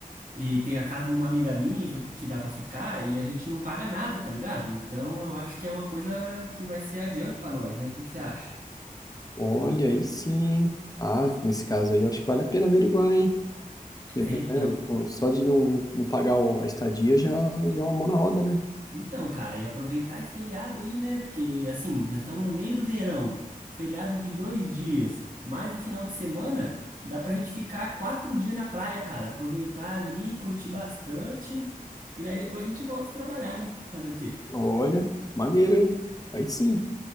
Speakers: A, on the right; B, on the left.
A: E tem a casa de uma amiga minha que, eu- que dá pra ficar e a gente não paga nada, tá ligado? Então eu acho que é uma coisa que vai ser adianto pra nós, né? O que que você acha?
B: Olha, aí sim, hein? Ah, nesse caso aí eu acho que vale a pena averiguar, hein? Porque,
A: É,
B: né,
A: então.
B: pô, só de não, não pagar o- a estadia já, já é uma mão na roda, né?
A: Então, cara, e aproveitar esse feriado aí, né? Porque, assim, nós estamos no meio do verão, feriado de dois dias, mais o final de semana, dá pra gente ficar quatro dias na praia, cara. Aproveitar ali, curtir bastante, e daí depois a gente volta a trabalhar, né? Fazer o quê?
B: Olha, maneiro, hein? Aí sim.